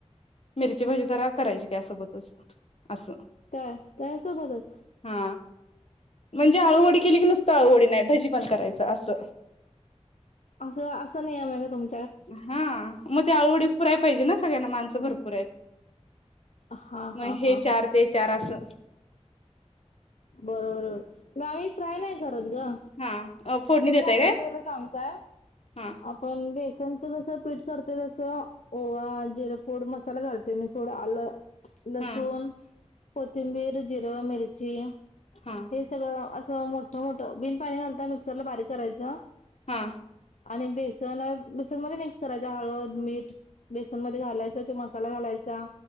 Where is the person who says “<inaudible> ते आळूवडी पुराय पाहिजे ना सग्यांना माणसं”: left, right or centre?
Left